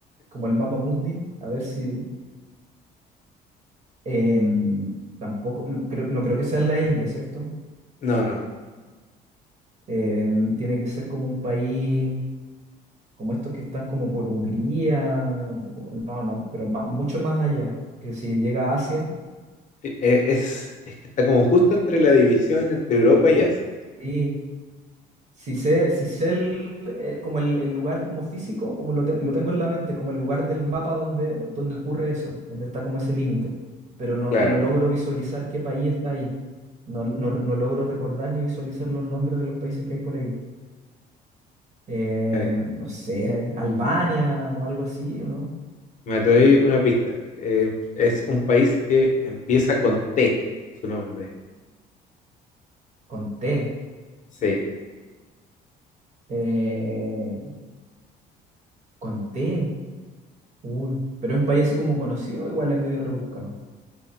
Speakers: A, on the right; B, on the left.
A: como el mapa mundi, a ver si, em, tampoco, no creo, no creo que sea la India, ¿cierto?
B: No, no.
A: Em, tiene que ser como un país. como estos que están como por Hungría, o- no, no, pero ma- mucho más allá, que si llega a Asia,
B: e- e- es, es que está como justo entre la división entre Europa y Asia. sí.
A: y si sé, si sé el, eh, como el, el lugar como físico, como lo, ten- lo tengo en la mente, como el lugar del mapa donde, donde ocurre eso, donde está como ese límite, pero no,
B: Claro,
A: no logro visualizar qué país está ahí. No, no, no logro recordar ni visualizar los nombres de los países que hay por ahí. Eh,
B: eh,
A: no sé, Albania o algo así, ¿o no?
B: me doy una pista. Eh, es un país que empieza con T, su nombre.
A: Con T.
B: Sí.
A: eh, con T. Uy, pero es un país así como conocido, igual es medio rebuscado.